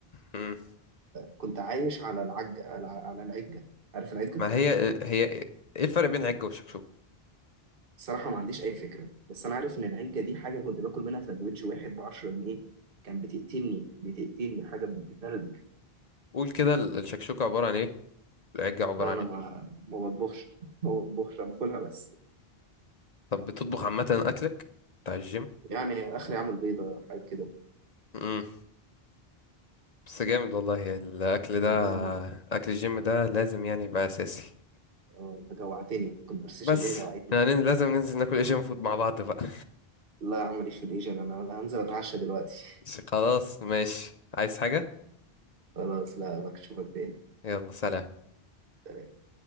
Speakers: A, on the left; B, on the right.
A: مم.
B: فكنت عايش على العجة على على العجة عارف العجة؟
A: ما هي هي إيه الفرق بين العجة والشكشوكة
B: الصراحة ما عنديش أي فكرة بس أنا عارف إن العجة دي حاجة كنت باكل منها سندوتش واحد بعشرة جنيه كان بتقتلني بتقتلني حاجة بنت كلب
A: قول كده ال- الشكشوكة عبارة عن إيه والعجة عبارة
B: أنا
A: عن إيه
B: ما ما بطبخش ما بطبخش أنا باكلها بس
A: طب بتطبخ عامة أكلك بتاع الجيم
B: يعني آخري أعمل بيضة حاجات كده
A: مم. بس جامد والله يعني الأكل ده
B: صدقني
A: أكل الجيم ده لازم يعني يبقى أساسي
B: آه، أنت جوعتني الكونفرسيشن
A: بس
B: دي جوعتني
A: يعني لازم ننزل ناكل ايجن فود مع بعض بقى
B: لا يا عم ماليش في الإيجاد أنا أنا هنزل أتعشى دلوقتي
A: بس خلاص ماشي عايز حاجة
B: <laughs> خلاص لا بشوفك تاني
A: يلا سلام
B: سلام.